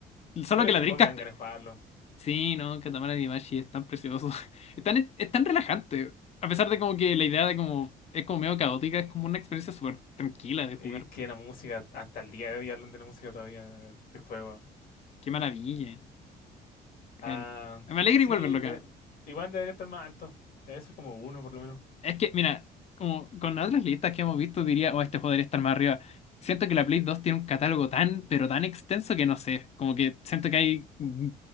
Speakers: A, on the left; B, on the left.
A: Solo
B: Pero
A: que
B: este
A: la Dreamcast.
B: juego me dan ganas de jugarlo.
A: Sí, no, Katamari Damacy es tan precioso. <laughs> Es tan, es tan relajante. A pesar de como que la idea de como es como medio caótica, es como una experiencia súper tranquila de
B: Y
A: jugar.
B: es que la música, hasta el día de hoy hablan de la música todavía, de este juego.
A: Qué maravilla.
B: Ah,
A: En- me alegra
B: sí,
A: igual verlo, acá.
B: me- igual debería estar más alto. Debería ser como uno por lo menos.
A: Es que, mira, como con las otras listas que hemos visto, diría, oh, este podría estar más arriba. Siento que la Play 2 tiene un catálogo tan, pero tan extenso que no sé. Como que siento que hay mm,